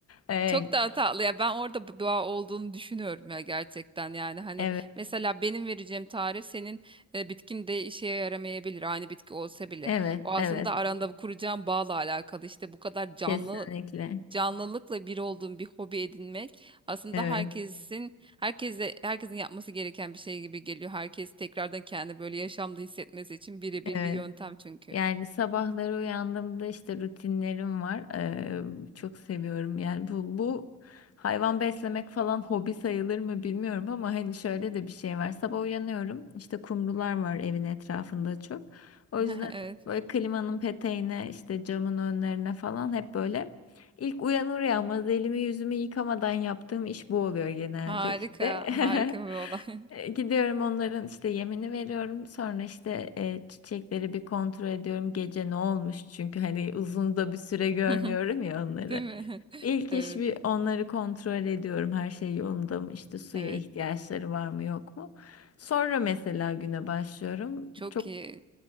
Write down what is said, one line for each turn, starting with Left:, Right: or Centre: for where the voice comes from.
Left: E,
Right: Çok daha tatlı ya ben orada bir bağ olduğunu düşünüyorum ya gerçekten yani hani
Left: evet,
Right: mesela benim vereceğim tarif senin e, bitkin de işe yaramayabilir aynı bitki olsa bile
Left: evet,
Right: o aslında
Left: evet.
Right: aranda bu kuracağım bağla alakalı işte bu kadar canlı
Left: Kesinlikle.
Right: canlılıkla bir olduğun bir hobi edinmek aslında
Left: Evet,
Right: herkesin herkese herkesin yapması gereken bir şey gibi geliyor herkes tekrardan kendi böyle yaşamda hissetmesi için birebir
Left: evet.
Right: bir yöntem çünkü
Left: Yani sabahları uyandığımda işte rutinlerim var. Ee, çok seviyorum. Yani bu bu hayvan beslemek falan hobi sayılır mı bilmiyorum ama hani şöyle de bir şey var. Sabah uyanıyorum. İşte kumrular var evin etrafında çok. O
Right: <laughs>
Left: yüzden
Right: evet
Left: böyle klimanın peteğine işte camın önlerine falan hep böyle ilk uyanır uyanmaz elimi yüzümü yıkamadan yaptığım iş bu oluyor genelde
Right: harika
Left: işte.
Right: harika
Left: <laughs>
Right: bir olay
Left: E, Gidiyorum onların işte yemini veriyorum. Sonra işte e, çiçekleri bir kontrol ediyorum. Gece ne olmuş çünkü hani uzun da bir süre
Right: <laughs>
Left: görmüyorum ya onları.
Right: Değil mi?
Left: İlk
Right: <laughs> Evet,
Left: iş bir onları kontrol ediyorum. Her şey yolunda mı? İşte suya
Right: evet.
Left: ihtiyaçları var mı yok mu? Sonra mesela güne başlıyorum.
Right: Çok
Left: Çok
Right: iyi.